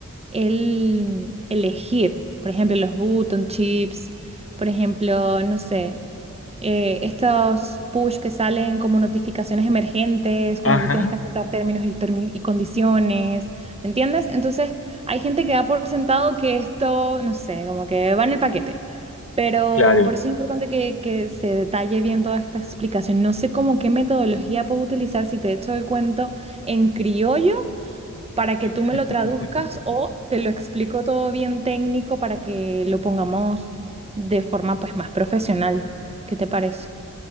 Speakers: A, on the right; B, on the left.
A: él elegir. Por ejemplo, los button chips, por ejemplo, no sé eh, estos push que salen como notificaciones emergentes cuando
B: Ajá,
A: tú tienes que aceptar términos y, termi- y condiciones, ¿me entiendes? Entonces, hay gente que da por sentado que esto, no sé, como que va en el paquete, pero
B: claro.
A: por eso es importante que, que se detalle bien toda esta explicación. No sé cómo qué metodología puedo utilizar si te echo el cuento en criollo. para que
B: <laughs>
A: tú me lo traduzcas o te lo explico todo bien técnico para que lo pongamos de forma pues más profesional. ¿Qué te parece?